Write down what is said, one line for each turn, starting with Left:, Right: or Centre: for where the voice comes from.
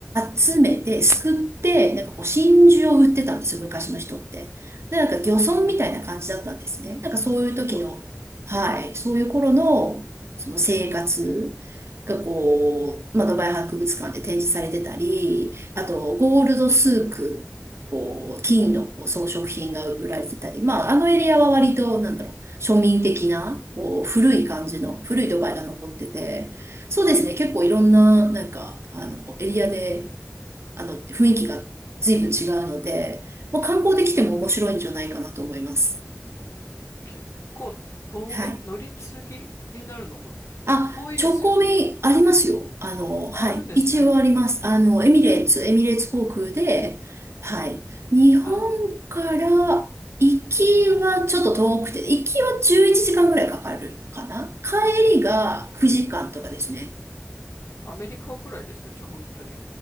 Left: ん、
Right: 集めて、すくって、なんかこう真珠を売ってたんですよ、昔の人って。で、なんか漁村みたいな感じだったんですね。
Left: うん、うん、
Right: なんかそういう時の、
Left: たう、
Right: はい、そういう頃の、その生活がこう、
Left: うん、うん、
Right: まあ、ドバイ博物館で展示されてたり、あと、
Left: うん、
Right: ゴールドスーク、こう、金のこう装飾品が売られてたり、まあ、あのエリアは割と、なんだろう庶民的な、こう、古い感じの、
Left: うん、うん、
Right: 古いドバイが残ってて、そうですね、
Left: うん、
Right: 結構いろんな、なんか、あの、エリアで、あの、雰囲気が随分違うので、まあ、観光で来ても面白いんじゃないかなと思います。
Left: うん、うん結構遠、
Right: はい。
Left: え、乗り継ぎになるのかな遠いですよね。
Right: あ、直行便ありますよ。あの、はい。
Left: あ、あるんですね。
Right: 一応あります。あの、エミレーツ、エミレーツ航空で、はい。
Left: うん。
Right: 日本
Left: あ、
Right: から行きはちょっと遠くて、行きは11時間ぐらいかかるかな帰りが9時間とかですね。
Left: うん。アメリカぐらいですね。じゃあ本当に。